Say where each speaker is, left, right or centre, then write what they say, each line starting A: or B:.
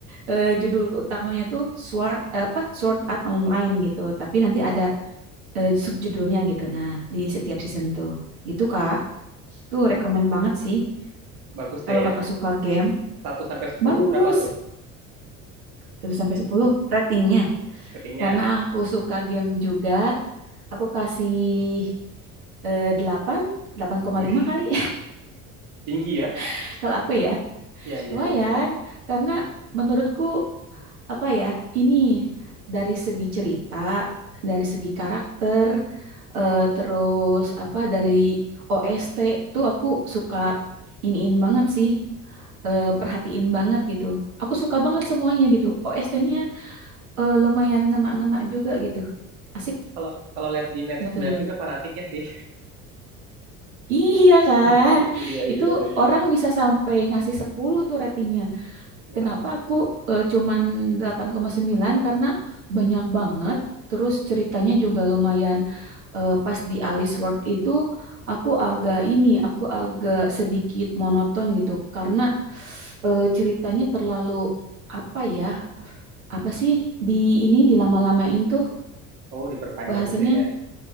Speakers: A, on the right; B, on the right.
A: eh, judul utamanya tuh Sword eh, apa Sword Art Online
B: Tat-
A: gitu. Tapi nanti ada eh, subjudulnya gitu. Nah, di setiap season tuh. Gitu, Kak. Tuh
B: oh,
A: rekomen banget sih.
B: bagus
A: Kalau
B: dia ya.
A: Kakak suka game,
B: Satu sampai 10
A: bagus.
B: berapa tuh
A: satu sampai sepuluh ratingnya.
B: ratingnya?
A: Karena aku suka game juga, aku kasih eh, delapan, delapan koma
B: Wih,
A: lima kali
B: tinggi ya.
A: <laughs> kalau aku ya.
B: Iya, iya,
A: Lumayan,
B: iya, ya.
A: karena menurutku apa ya, ini dari segi cerita, dari segi karakter, eh, terus apa dari OST tuh aku suka iniin banget sih, eh, perhatiin banget gitu. Aku suka banget semuanya gitu. OST-nya lumayan ngena-ngena juga gitu. Asik
B: kalau kalau lihat di medsos
A: gitu.
B: banyak juga fanatiknya sih.
A: Iya kan?
B: <laughs> Iya
A: Itu
B: iya iya.
A: orang bisa sampai ngasih 10 tuh ratingnya.
B: Waduh.
A: Kenapa aku eh, cuman 8,9 karena banyak banget terus ceritanya juga lumayan eh, pas di Alice World itu aku agak ini aku agak sedikit monoton gitu karena eh, ceritanya terlalu apa ya apa sih di ini dilama-lamain tuh
B: Oh diperpanjang
A: bahasanya
B: gitu ya kayak.